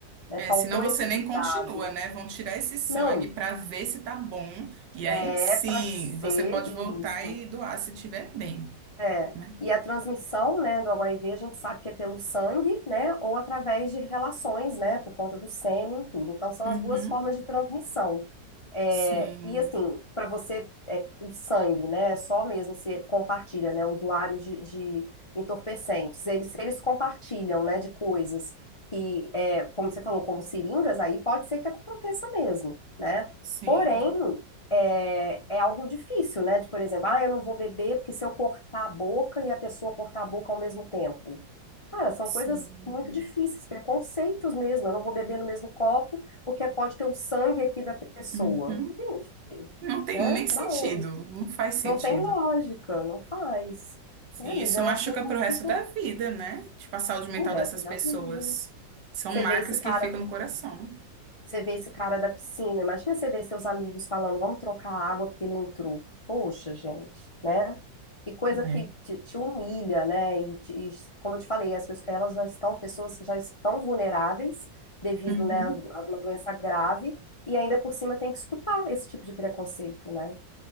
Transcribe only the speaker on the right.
É,
senão você
nem
continua, né? Vão tirar esse sangue
para ver se tá bom. E
aí sim,
você pode voltar
e doar se tiver bem.
né?
Uhum.
Sim,
sim,
sim.
Uhum.
Não tem
nem sentido,
não faz sentido.
Sim,
isso
machuca
pro resto
da vida, né? Tipo, a saúde mental
dessas
pessoas.
São
marcas
que ficam no coração.
É.
Uhum.